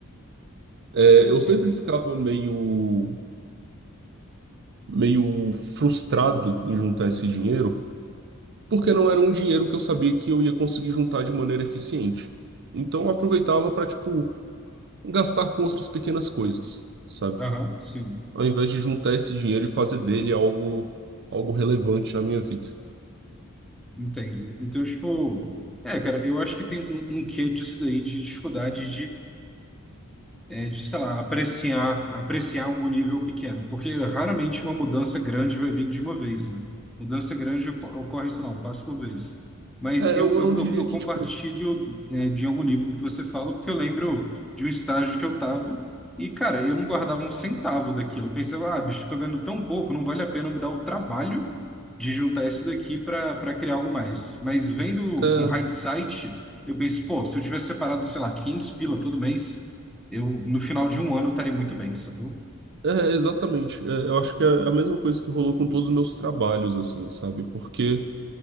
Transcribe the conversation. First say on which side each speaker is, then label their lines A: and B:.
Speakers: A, on the right; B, in the centre.
A: É, eu
B: Sim.
A: sempre ficava meio, meio frustrado em juntar esse dinheiro, porque não era um dinheiro que eu sabia que eu ia conseguir juntar de maneira eficiente. Então eu aproveitava para, tipo, gastar com outras pequenas coisas, sabe?
B: Aham, sim.
A: Ao invés de juntar esse dinheiro e fazer dele algo, algo relevante na minha vida.
B: Entendo. Então, tipo, é, cara, eu acho que tem um, um quê disso daí de dificuldade é, de, sei lá, apreciar, apreciar algum nível pequeno, porque raramente uma mudança grande vai vir de uma vez, né? Mudança grande oco- ocorre, sei lá, um passo por vez. Mas
A: É,
B: eu,
A: eu eu
B: eu,
A: não
B: eu,
A: diria
B: eu
A: que,
B: compartilho,
A: tipo,
B: é, de algum nível do que você fala, porque eu lembro de um estágio que eu tava e, cara, eu não guardava um centavo daquilo. Eu pensava, ah, bicho, eu tô ganhando tão pouco, não vale a pena me dar o trabalho de juntar isso daqui para para criar algo mais. Mas vendo
A: É,
B: com hindsight, eu penso, pô, se eu tivesse separado, sei lá, 500 pila todo mês, eu, no final de um ano, estaria muito bem, sacou?
A: é, exatamente. É, eu acho que é é a mesma coisa que rolou com todos os meus trabalhos, assim, sabe? Porque,